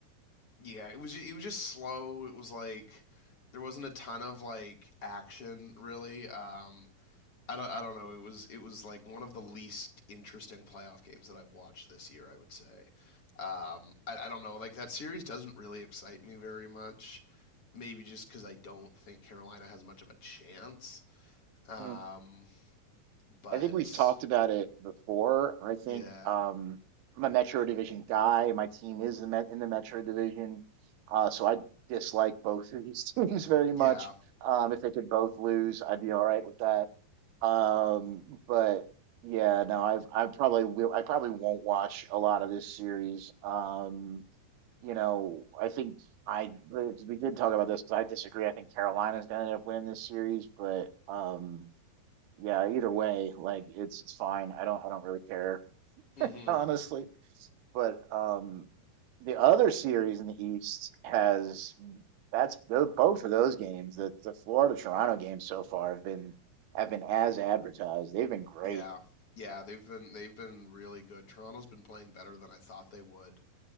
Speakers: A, on the left; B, on the right.
A: Yeah, it was ju- it was just slow. It was like there wasn't a ton of like action really. Um, I don't I don't know. It was it was like one of the least interesting playoff games that I've watched this year, I would say. Um, I, I don't know. Like that series doesn't really excite me very much. Maybe just because I don't think Carolina has much of a chance. Um,
B: Hmm.
A: but
B: I think we've talked about it before. I think
A: yeah,
B: um, I'm a Metro Division guy. My team is the Met in the Metro Division, uh, so I dislike both of these <laughs> teams very
A: yeah,
B: much. Um, if they could both lose, I'd be all right with that. Um, but yeah, no, I've I probably will. I probably won't watch a lot of this series. Um, you know, I think I we did talk about this because I disagree. I think Carolina's going to end up winning this series, but um, yeah, either way, like it's it's fine. I don't I don't really care
A: hmm
B: <laughs> honestly. But um, the other series in the East has that's tho- both of those games. The the Florida Toronto games so far have been have been as advertised. They've been great.
A: yeah, yeah. They've been they've been really good. Toronto's been playing better than I thought they would.